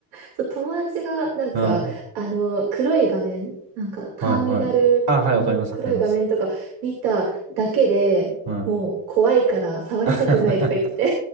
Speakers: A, on the right; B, on the right.
A: そう、友達がなんか、
B: はい
A: あの、黒い画面、なんかターミナルの黒い画面とか見ただけでもう怖いから触りたくないとか言ってて。
B: はいはい。あ、はい、わかります、わかります。うん。<laughs>